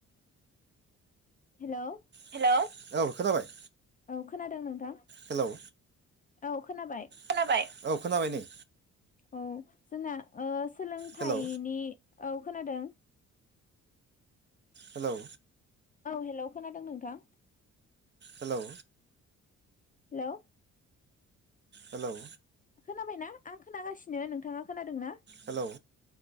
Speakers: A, on the left; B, on the right.
A: हेलौ
B: हेलौ औ खोनाबाय
A: औ खोनादों नोंथां
B: हेलौ
A: औ खोनाबाय
B: खोनाबाय औ खोनाबाय नै
A: औ जोंहा ओ सोलोंथाइनि
B: हेलौ
A: औ खोनादों
B: हेलौ
A: औ हेलौ खोनादों नोंथां
B: हेलौ
A: हेलौ
B: हेलौ
A: खोनाबायना आं खोनागासिनो नोंथाङा खोनादों ना
B: hello